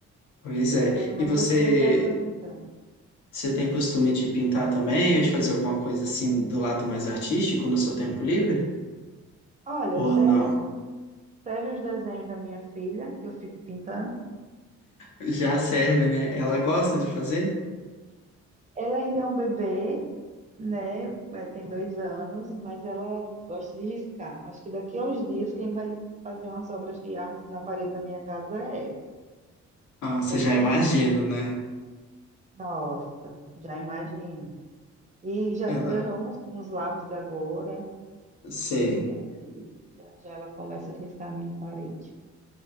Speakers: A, on the left; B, on the right.
A: Pois é.
B: Quero ver como
A: E você,
B: é que você vai estar apresentando.
A: você tem costume de pintar também, ou de fazer alguma coisa assim do lado mais artístico no seu tempo livre?
B: Olha,
A: Ou
B: serve,
A: não?
B: serve os desenhos da minha filha, que eu fico pintando.
A: Já serve, né? Ela gosta de fazer?
B: Ela ainda é um bebê, né? é, Tem dois anos, mas ela gosta de riscar. Acho que daqui a uns dias quem vai fazer umas obras de arte na parede da minha casa é ela.
A: Ah,
B: Sou
A: você já
B: nem
A: imagina,
B: eu.
A: né?
B: Nossa, já imagino. E já
A: Ela,
B: ganhou uns, uns lápis agora,
A: sei.
B: e aí já, já ela começa a riscar a minha parede.